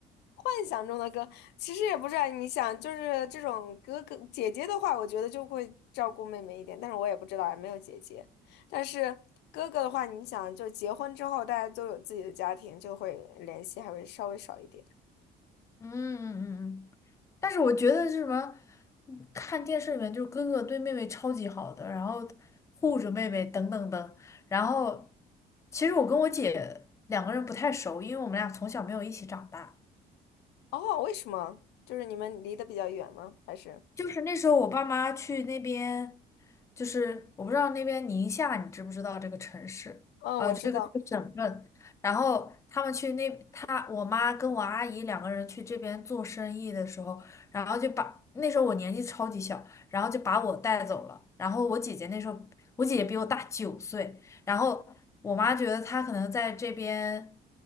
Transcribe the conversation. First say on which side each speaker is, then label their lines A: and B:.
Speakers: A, on the left (about 80°); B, on the left (about 15°).
A: 幻想中的歌，其实也不是啊。你想，就是这种哥哥姐姐的话，我觉得就会照顾妹妹一点，但是我也不知道啊，也没有姐姐。但是哥哥的话，你想，就结婚之后，大家都有自己的家庭，就会联系还会稍微少一点。
B: 嗯嗯嗯嗯。但是我觉得是什么，嗯看电视里面就是哥哥对妹妹超级好的，然后护着妹妹等等等，然后其实我跟我姐两个人不太熟，因为我们俩从小没有一起长大。
A: 哦，为什么？就是你们离得比较远吗？还是？
B: 就是那时候我爸妈去那边，就是我不知道那边宁夏，你知不知道这个城市？
A: 嗯，
B: 啊、
A: 我知道。
B: 这个这个省份。然后他们去那，他我妈跟我阿姨两个人去这边做生意的时候，然后就把那时候我年纪超级小，然后就把我带走了。然后我姐姐那时候，我姐姐比我大九岁，然后我妈觉得她可能在这边，